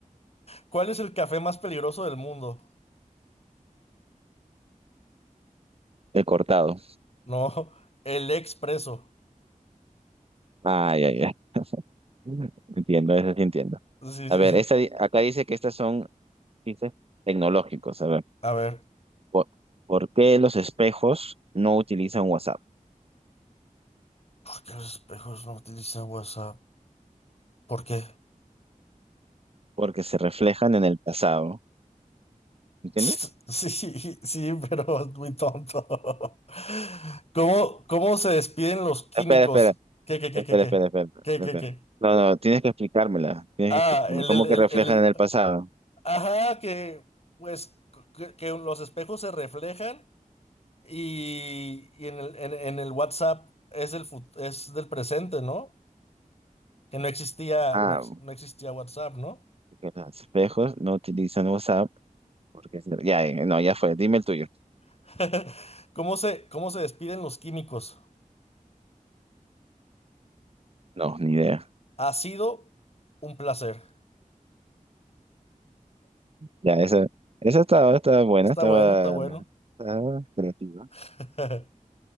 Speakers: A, on the left (about 45°); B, on the right (about 45°).
A: ¿Cuál es el café más peligroso del mundo?
B: He cortado.
A: No, el expreso.
B: Ah, ya, ya. <laughs> Entiendo, eso sí entiendo.
A: Sí,
B: A
A: sí,
B: ver,
A: sí.
B: esta, di- acá dice que estas son dice, tecnológicos. A ver,
A: A ver,
B: ¿por, por qué los espejos no utilizan WhatsApp?
A: ¿por qué los espejos no utilizan WhatsApp? ¿Por qué?
B: Porque se reflejan en el pasado. ¿Entiendes?
A: <laughs> Sí, sí, pero es muy tonto. ¿Cómo, cómo se despiden los químicos?
B: Espera, espera,
A: ¿Qué, qué, qué,
B: espera,
A: qué, qué?
B: espera, espera,
A: ¿Qué, qué,
B: espera.
A: qué?
B: No, no, tienes que explicármela, tienes
A: Ah,
B: que explicarme
A: el,
B: cómo
A: el, el,
B: que reflejan
A: el- el-
B: en el pasado.
A: ajá, que, pues, que, que los espejos se reflejan y, y en el, en, en el WhatsApp es del, fut- es del presente, ¿no? Que no existía,
B: Ah,
A: no, ex- no existía WhatsApp, ¿no?
B: que los espejos no utilizan WhatsApp porque ya, eh, no, ya fue, dime el tuyo.
A: <laughs> ¿Cómo se, cómo se despiden los químicos?
B: No, ni idea.
A: Ha sido un placer.
B: Ya, esa, esa estaba, estaba buena,
A: Está
B: estaba,
A: bueno, está bueno.
B: estaba creativa.
A: <laughs>